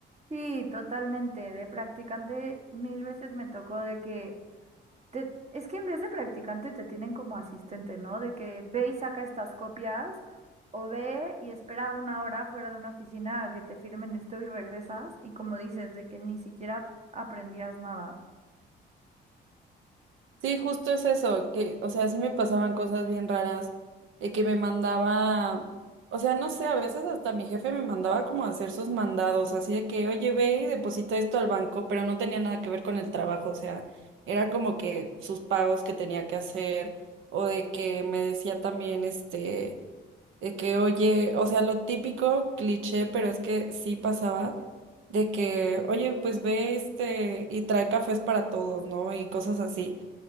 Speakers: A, on the right; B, on the right.
A: Sí, totalmente. De practicante mil veces me tocó de que te- es que en vez de practicante te tienen como asistente, ¿no? De que ve y saca estas copias o ve y espera una hora fuera de una oficina a que te firmen esto y regresas y como dices, de que ni siquiera aprendías nada.
B: Sí, justo es eso, que, o sea, sí me pasaban cosas bien raras, de que me mandaba, o sea, no sé, a veces hasta mi jefe me mandaba como a hacer sus mandados, así de que, oye, ve y deposita esto al banco, pero no tenía nada que ver con el trabajo, o sea, era como que sus pagos que tenía que hacer, o de que me decía también, este, de que, oye, o sea, lo típico, cliché, pero es que sí pasaba de que, oye, pues ve este y trae cafés para todos, ¿no? Y cosas así